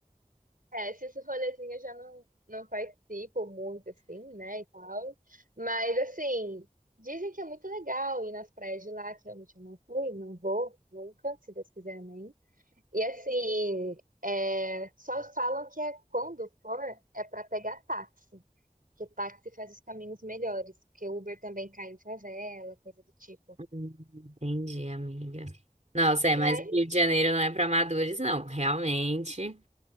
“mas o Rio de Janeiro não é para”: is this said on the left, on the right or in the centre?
Right